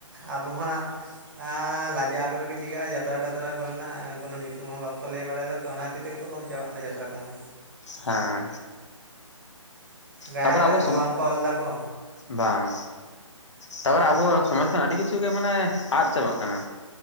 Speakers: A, on the right (about 40°); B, on the left (about 60°).
A: ᱟᱵᱚ ᱦᱚ ᱦᱟᱸ᱾ ᱟᱻᱞᱟᱡᱟᱜ ᱟᱠᱚ ᱥᱮᱠᱚ ᱪᱤᱠᱟᱹᱜᱼᱟ ᱡᱟᱛᱨᱟ ᱴᱟᱛᱨᱟ ᱠᱚᱨᱮᱱᱟᱜ ᱠᱳᱱᱳ ᱧᱩᱛᱩᱢ ᱦᱚᱸ ᱵᱟᱝᱠᱚ ᱞᱟᱹᱭ ᱵᱟᱲᱟᱭᱮᱫᱟ᱾ ᱚᱱᱟ ᱠᱷᱟᱹᱛᱤᱨ ᱛᱮᱜᱮ ᱛᱚ ᱠᱚᱢ ᱪᱟᱵᱟᱜ ᱠᱟᱱᱟ ᱡᱟᱛᱨᱟ ᱠᱚᱢᱟ᱾
B: ᱦᱮᱸ᱾
A: ᱜᱟᱭᱟᱱ
B: ᱛᱟᱯᱚᱨᱮ
A: ᱴᱟᱭᱟᱱ
B: ᱟᱵᱚ
A: ᱦᱚᱸ
B: ᱥᱚᱢ
A: ᱵᱟᱝ ᱠᱚ ᱚᱞ ᱫᱟᱠᱚ᱾
B: ᱵᱟᱝ, ᱛᱟᱯᱚᱨᱮ ᱟᱵᱚ ᱥᱚᱢᱟᱡᱽ ᱠᱷᱚᱱᱟ ᱟᱹᱰᱤ ᱠᱤᱪᱷᱩ ᱜᱮ ᱢᱟᱱᱮ ᱟᱫᱽ ᱪᱟᱵᱟᱜ ᱠᱟᱱᱟ᱾